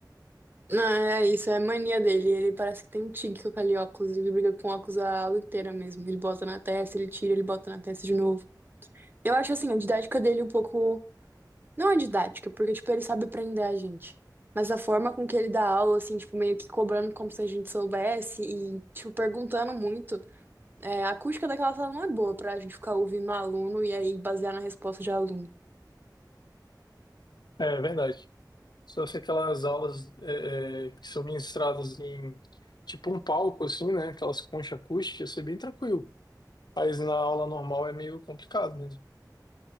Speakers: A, on the right; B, on the left.
A: Não, é isso, é mania dele. Ele parece que tem um tique com aquele óculos, ele briga com óculos a aula inteira mesmo. Ele bota na testa, ele tira, ele bota na testa de novo. Eu acho, assim, a didática dele um pouco. Não é didática, porque, tipo, ele sabe prender a gente. Mas a forma com que ele dá aula, assim, tipo, meio que cobrando como se a gente soubesse e, tipo, perguntando muito. É, a acústica daquela sala não é boa pra gente ficar ouvindo um aluno e aí basear na resposta de aluno.
B: É é verdade. Só se aquelas aulas é, é, que são ministradas em tipo um palco, assim, né? Aquelas conchas acústicas, isso é bem tranquilo. Mas na aula normal é meio complicado mesmo.